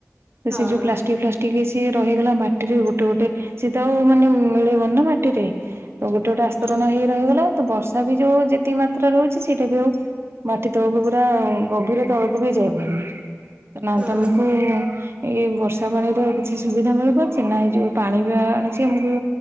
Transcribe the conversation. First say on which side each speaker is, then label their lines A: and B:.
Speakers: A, on the right (about 55°); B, on the right (about 25°).
A: ତ
B: ହଁ
A: ସେ ଯୋଉ ପ୍ଲା ପ୍ଲାଷ୍ଟିକ ବି ସିଏ ରହିଗଲା ମାଟିରେ ଗୋଟେ ଗୋଟେ ସିଏ ତ ଆଉ ମାନେ ମିଲେଇବନି ନା ମାଟିରେ ତ ଗୋଟେ ଗୋଟେ ଆସ୍ତରଣ
B: ହଁ
A: ହେଇ ରହିଗଲା ତ ବର୍ଷା ବି ଯୋଉ ଯେତିକି ମାତ୍ରା ରେ ହଉଚି ସେଇଟା ବି ଆଉ ମାଟି ତଳକୁ ପୁରା ଗଭୀର ତଳକୁ ବି ଯାଇପାରୁନି ନା
B: ହଁ
A: ତମକୁ ଏଇ ବର୍ଷା <unintelligible> ପାଣିର କିଛି ସୁବିଧା ମିଳିପାରୁଛି ନା ଏଇ ଯଉ ପାଣି ବି ଆଣୁଛି ଆମକୁ